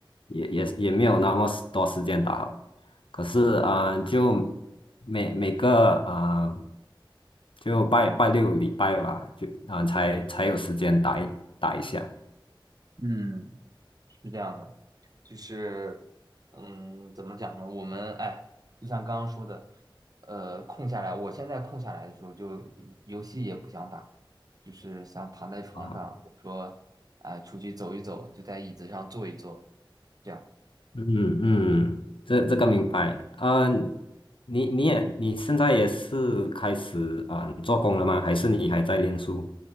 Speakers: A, on the left; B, on the right.
A: 也也也没有那么时多时间打了。可是啊，就每每个啊就拜拜六礼拜吧，就啊才才有时间打一打一下。
B: 嗯，是这样的。就是，嗯，怎么讲呢？我们哎，就像刚刚说的，呃，空下来，我现在空下来的时候就，游戏也不想打，就是想躺在床上，
A: 嗯
B: 或者说，哎，出去走一走，就在椅子上坐一坐，这样。
A: 嗯嗯，这这个明白。嗯、你你也你现在也是开始啊、做工了吗？还是你还在念书？